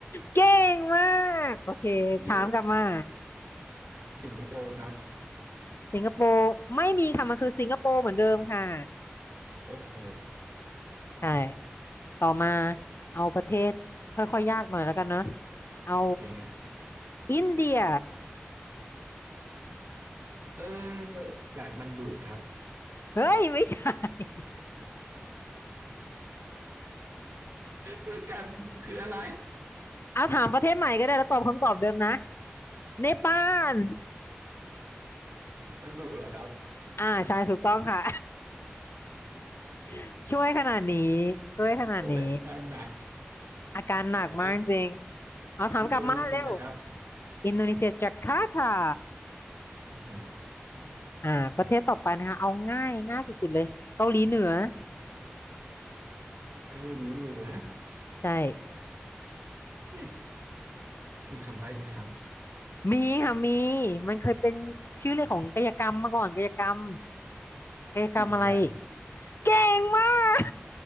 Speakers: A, on the left; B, on the right.
A: เก่งมากโอเคถามกลับมา
B: เย่สิงคโปร์ครับ
A: สิงคโปร์ไม่มีค่ะมันคือสิงคโปร์เหมือนเดิมค่ะ
B: โอ้โห
A: ใช่ต่อมาเอาประเทศค่อยๆยากหน่อยแล้วกันเนาะเอา
B: โอเคฮะ
A: อินเดีย
B: เออกาดมันดุครับ
A: เฮ้ยไม่ใช่ <laughs>
B: <laughs> กาดมันดุคืออะไร
A: เอาถามประเทศใหม่ก็ได้แล้วตอบคำตอบเดิมนะเนปาล
B: มันดุเหรอครับ
A: อ่าใช่ถูกต้องค่ะ <laughs> ช่วยขนาดนี้ช่วยขนาดนี้
B: โอ้ยงานหนัก
A: อาการหนักมากจริง
B: เอา
A: เอาถามกลับมาเร็ว
B: อินโดนีเซียครับ
A: อินโดนีเซียจาการ์ตา
B: อื้อหือ
A: อ่าประเทศต่อไปนะคะเอาง่ายง่ายสุดๆเลยเกาหลีเหนือ
B: เกาหลีเหนือ
A: ใช่
B: เอ๊ะมีคำใบ้ไหมครับ
A: มีค่ะมีมันเคยเป็นชื่อเลยของกายกรรมมาก่อนกายกรรมกายกรรมอะไร
B: ปิงยาง
A: เก่งมาก